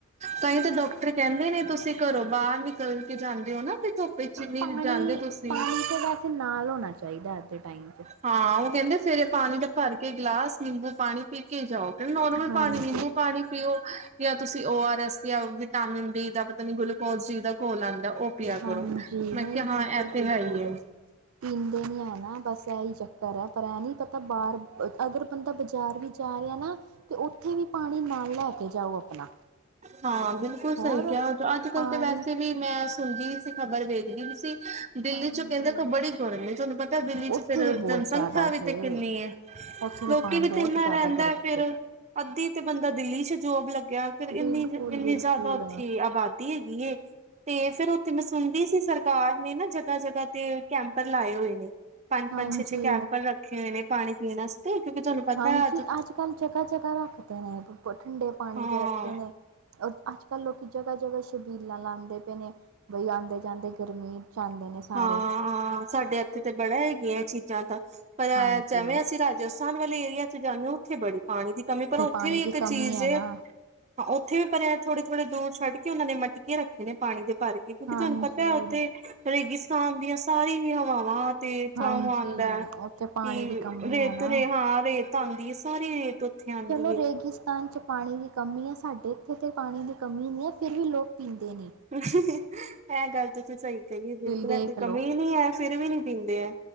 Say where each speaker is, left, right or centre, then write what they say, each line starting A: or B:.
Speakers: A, on the right; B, on the right.
A: ਤਾਂਈ ਤਾਂ ਡਾਕਟਰ ਕਹੰਦੇ ਨੇ, ਤੁਸੀਂ ਕਰੋਂ ਬਾਰ ਨਿਕਲ ਕੇ ਜਾਂਦੇ ਹੋ ਨਾ ਤੇ ਤੂੱਪੇ ਜਿੰਨੀ
B: ਪਾਣੀ
A: ਵੀ ਜਾਂਦੇ ਤੁਸੀਂ
B: ਪਾਣੀ ਤਾਂ ਵੈਸੇ ਤੇ ਨਾਲ ਹੋਣਾ ਚਾਹੀਦਾ ਅੱਜ ਦੇ ਟਾਈਮ ਤੇ।
A: ਹਾਂ, ਉ ਕਹਿੰਦੇ ਸਵੇਰੇ ਪਾਣੀ ਦਾ ਭਰ ਕੇ ਗਿਲਾਸ ਨਿੰਬੂ ਪਾਣੀ ਪੀ ਕੇ ਜਾਓ ਕਿ ਨੋਰਮਲ
B: ਹਾਂਜੀ
A: ਪਾਣੀ, ਨਿੰਬੂ ਪਾਣੀ ਪੀਓ ਜਾਂ ਤੁਸੀਂ ਉ ਆਰ ਦਸਦੇ ਆ ਵਿਟਾਮਿਨ ਡੀ ਦਾ ਪਤਾ ਨੀ ਗੁਲੂ ਪੋਲਸੀ ਦਾ ਘੋਲ ਆਂਦਾ, ਓ ਪੀਆ
B: ਹਾਂਜੀ
A: ਕਰੋ ਮੈਂ
B: ਨਹੀਂ
A: ਕਿਆ
B: ਬਿਲਕੁਲ
A: ਹਾਂ, ਏ ਤਾ
B: ਬਿਲਕੁਲ
A: ਹੈ ਹੀ ਏ।
B: ਪੀਂਦੇ ਨੀ ਹੈ ਨਾ ਬਸ ਏਹੀ ਚੱਕਰ ਹੈ, ਪਰ ਹੈਨੀ ਪਤਾ ਬਾਹਰ ਅਗਰ ਬੰਦਾ ਬਜ਼ਾਰ ਵੀਚ ਜਾ ਰਿਆ ਨਾ ਤੇ ਉੱਥੇ ਵੀ ਪਾਣੀ ਨਾਲ ਲੈ ਕੇ ਜਾਓ ਆਪਣਾ।
A: ਹਾਂ, ਬਿਲਕੁਲ ਸਈ
B: ਹੋਰ
A: ਕਿਹਾ ਅੱਜ ਕੱਲ
B: ਪਾਣੀ
A: ਤਾਂ ਵੈਸੇ ਵੀ ਮੈਂ ਸੁਣਦੀ ਵੀ ਸੀ, ਖ਼ਬਰ ਵੇਖਦੀ ਵੀ ਸੀ ਦਿੱਲੀ
B: ਹਾਂਜੀ
A: ਚ ਕਿਹੰਦੇ ਬੜੀ ਗਰਮੀ ਤੋਨੂੰ ਪਤਾ ਦਿੱਲੀ ਚ
B: ਉੱਥੇ
A: ਫਿਰ
B: ਤਾਂ ਬਹੁਤ
A: ਸੰਖਿਆ
B: ਜ਼ਿਆਦਾ
A: ਵੀ
B: ਜੇ
A: ਤੇ ਕਿੰਨੀ ਏ,
B: ਉੱਥੇ ਤਾਂ
A: ਲੋਕੀ
B: ਪਾ
A: ਵੀ
B: ਬਹੁਤ
A: ਤੇ ਏੰਨਾ
B: ਜ਼ਿਆਦਾ
A: ਰਹਿੰਦਾ
B: ਗਰਮੀ
A: ਫਿਰ
B: ਜੇ
A: ਅੱਧੀ ਤੇ ਬੰਦਾ ਦਿੱਲੀ ਚ ਜੋਬ ਲੱਗਿਆ, ਫਿਰ ਇੰਨੀ
B: ਬਿਲਕੁਲ
A: ਇੰਨੀ
B: ਬਿਲਕੁਲ
A: ਜ਼ਾਦਾ ਉੱਥੇ ਆਬਾਦੀ ਹੈਗੀ ਏ। ਤੇ ਫੇਰ ਉੱਥੇ ਮੈਂ ਸੁਣਦੀ ਸੀ ਸਰਕਾਰ ਨੇ ਨਾ ਜਗ੍ਹਾ, ਜਗ੍ਹਾ ਤੇ ਕੈਂਪਰ ਲਾਏ ਹੋਏ ਨੇ। ਪੰਜ,
B: ਹਾਂਜੀ
A: ਪੰਜ ਛੇ, ਛੇ। ਕੈਂਪਰ ਰੱਖੇ ਹੋਏ ਨੇ ਪਾਣੀ ਪੀਣ ਵਾਸਤੇ ਕਿਉਂਕਿ ਤੁਹਾਨੂੰ ਪਤਾ
B: ਹਾਂਜੀ,
A: ਹੈ
B: ਅੱਜ ਕੱਲ ਜਗਾ ਜਗਾਾ ਰੱਖਦੇ ਨੇ ਇਹ। ਠੰਡੇ ਪਾਣੀ,
A: ਹਾਂ
B: ਦੇ ਰੱਖਦੇ ਨੇ ਔਰ ਅੱਜ ਕੱਲ ਲੋਕੀ ਜਗ੍ਹਾ, ਜਗਾ ਛਬੀਲਾਂ ਲਾਂਦੇ ਪੈਣੇ ਬਈ ਆਉਦੇ ਜਾਂਦੇ ਗਰਮੀ ਚ ਜਾਂਦੇ ਨੇ। ਸਾਰੇ
A: ਹਾਂ, ਹਾਂ ਸਾਡੇ ਇੱਥੇ ਤੇ ਬੜਾ ਹੈਗੀਆਂ ਚੀਜ਼ਾਂ ਤਾ ਪਰ
B: ਹਾਂਜੀ
A: ਜੈਵੇਂ ਅਸੀਂ ਰਾਜ ਸਾਨ ਵਾਲੇ ਏਰੀਆ ਚ ਜਾਂਨੇ ਓ ਉੱਥੇ ਬੜੀ ਪਾਣੀ ਦੀ ਕਮੀ, ਪਰ ਉੱਥੇ
B: ਪਾਣੀ
A: ਵੀ
B: ਦੀ
A: ਇੱਕ
B: ਕਮੀ
A: ਚੀਜ਼
B: ਹੈ
A: ਏ
B: ਨਾ
A: ਹਾਂ, ਉੱਥੇ ਵੀ ਪਰ ਏ ਥੋੜੇ ਥੋੜੇ ਦੂਰ ਛੱਡ ਕੇ ਓਨਾਂ ਨੇ ਮਟਕੇ ਰੱਖੇ ਨੇ ਪਾਣੀ ਦੇ ਭਰ ਕਿਉਂਕਿ
B: ਹਾਂਜੀ
A: ਤੁਆਨੂੰ ਪਤਾ, ਉੱਥੇ ਰੇਗਿਸਤਾਨ ਦੀਆਂ ਸਾਰੀਆਂ ਹੀ ਹਵਾਵਾਂ ਤੇ ਤਾ
B: ਹਾਂਜੀ
A: ਓ ਆਂਦਾ
B: ਉੱਥੇ ਪਾਣੀ
A: ਕਿ
B: ਦੀ ਕਮੀ
A: ਰੇਤ
B: ਹੈ ਨਾ
A: ਰੇ, ਹਾਂ ਰੇਤ ਆਂਦੀ ਸਾਰੀ ਰੇਤ ਉੱਥੇ ਆਉਂਦੀ
B: ਚਲੋ ਰੇਗੀਿਸ
A: ਹੈ।
B: ਤਾਨ ਚ ਪਾਣੀ ਦੀ ਕਮੀ ਏ ਸਾਡੇ ਇੱਥੇ ਤਾਂ ਪਾਣੀ ਦੀ ਕਮੀ ਨੀ ਏ ਫਿਰ ਵੀ ਲੋਕ ਪੀਂਦੇ ਨੀਂ।
A: ਇਹ ਗੱਲ ਤੁਸੀਂ ਸਹੀ ਕਹੀ ਏ ਬਿਲਕੁਲ,
B: ਬਿਲ ਦੇਖ
A: ਇਥੇ ਕਮੀ
B: ਲਓ
A: ਨੀ ਹੈ ਫਿਰ ਵੀ ਨੀ ਪੀਂਦੇ ਹੈ।